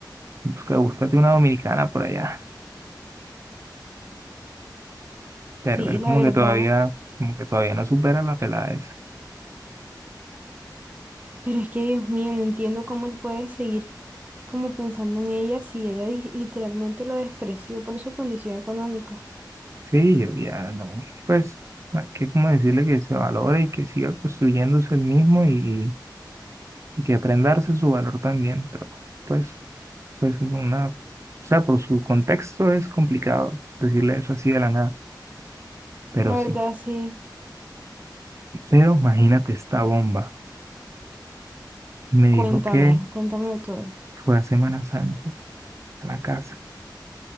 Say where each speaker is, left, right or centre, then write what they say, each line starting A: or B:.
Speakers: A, on the right; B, on the right.
A: busca, búscate una dominicana por allá. Pero
B: Sí,
A: él
B: la
A: como
B: verdad.
A: que todavía, como que todavía no supera la pelada esa.
B: Pero es que, Dios mío, no entiendo cómo él puede seguir. como pensando en ella, si ella di- literalmente lo despreció por su condición económica.
A: Sí, yo ya no, pues, hay que como decirle que se valore y que siga construyéndose el mismo y, y que aprenda a darse su valor también, pero pues, pues una, o sea, por su contexto es complicado decirle eso así de la nada, pero
B: La
A: sí.
B: verdad, sí.
A: Pero imagínate esta bomba. Y me
B: Cuéntame,
A: dijo que
B: cuéntamelo todo.
A: fue a Semana Santa. a la casa